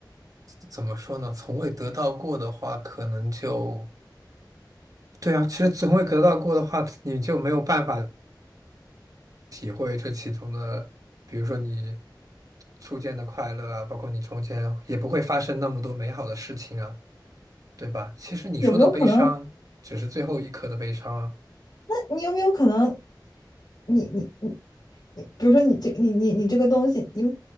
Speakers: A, on the right; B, on the left.
A: 怎么说呢？从未得到过的话，可能就对啊。其实从未得到过的话，你就没有办法。体会这其中的，比如说你初见的快乐啊，包括你中间也不会发生那么多美好的事情啊，对吧？其实你说的悲伤只是最后一刻的悲伤啊，
B: 有没有可能？那你有没有可能你，你你你比如说你这你你你这个东西，你